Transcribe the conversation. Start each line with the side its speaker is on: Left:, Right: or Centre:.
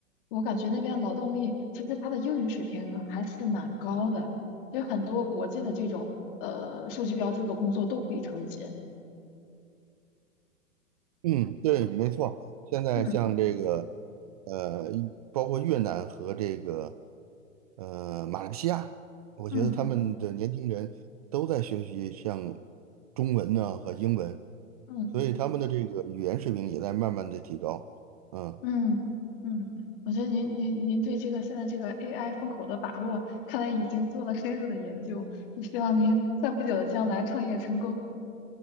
Left: 我感觉那边劳动力其实他的英语水平还是蛮高的，其实很多国际的这种呃数据标注的工作都可以承接。
Right: 嗯，对，没错。现在像这个，
Left: 嗯
Right: 呃，包括越南和这个，呃，马来西亚，我觉得他们的年轻人都在学习像
Left: 嗯
Right: 中文呢和英文，
Left: 嗯
Right: 所以他们的这个语言水平也在慢慢的提高。嗯，
Left: 嗯嗯，我觉得您您您对这个现在这个 AI 风口的把握，看来已经做了深入的研究。就希望您在不久的将来创业成功。